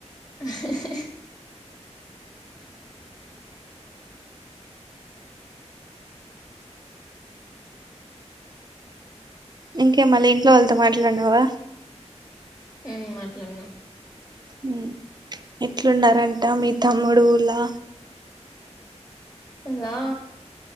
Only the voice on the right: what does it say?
ఇంకే మళ్ళీ ఇంట్లో వాళ్ళతో మాట్లాడినావా
ఊ ఎట్లున్నారంట మీ తమ్ముడు ఊర్లా